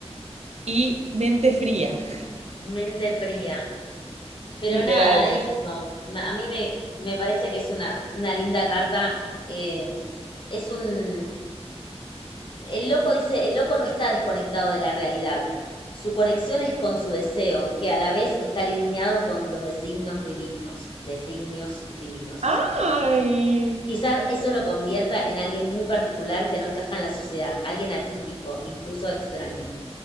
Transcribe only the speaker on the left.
Mente fría. Pero
nada, eso. Ma- A mí me, me parece que es una, una linda carta. eh, es un... El loco dice, el loco no está desconectado de la realidad. Su conexión es con su deseo, que a la vez está alineado con los designios divinos. Designios divinos.
Quizás eso lo convierta en alguien muy particular que no encaja en la sociedad, alguien atípico, incluso extraño.